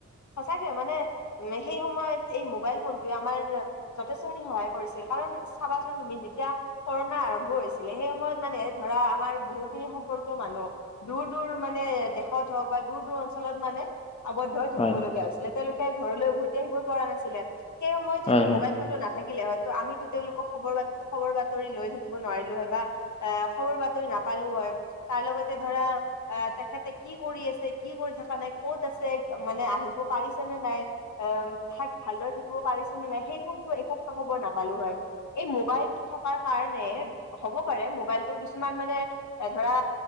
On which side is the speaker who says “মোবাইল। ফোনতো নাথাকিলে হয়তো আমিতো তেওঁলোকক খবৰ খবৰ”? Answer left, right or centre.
Left